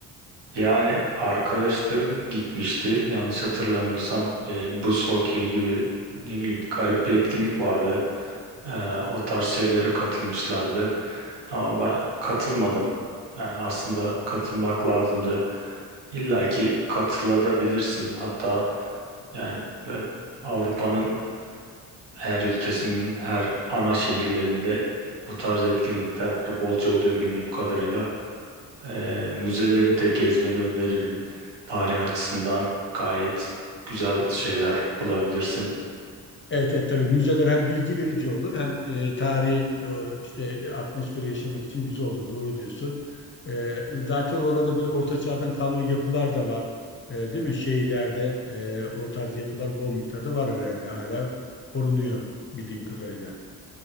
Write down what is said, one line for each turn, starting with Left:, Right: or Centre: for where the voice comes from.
Right: Yani arkadaşlarım gitmişti. Yanlış hatırlamıyorsam e, buz hokeyi gibi ne bileyim garip bir etkinlik vardı. Ee, o tarz şeylere katılmışlardı. Ama ben katılmadım. Yani aslında katılmak lazımdı. İlla ki katılabilirsin. Hatta yani ben Avrupa'nın Her ülkesinin her ana şehirlerinde bu tarz etkinlikler bolca oluyor bildiğim kadarıyla. Ee, müzeleri de gezmeni öneririm. Tarih açısından gayet güzel şeyler bulabilirsin.
Left: Evet, evet tabii müzeler hem bilgi verici olur hem e, tarihi e, işte e, atmosferi yaşamak için güzel olur. Doğru diyorsun. E, zaten oralarda böyle orta çağdan kalma yapılar da var. E, değil mi? Şehirlerde e, o tarz yapılar bol miktarda var herhalde. Hala korunuyor bildiğim kadarıyla.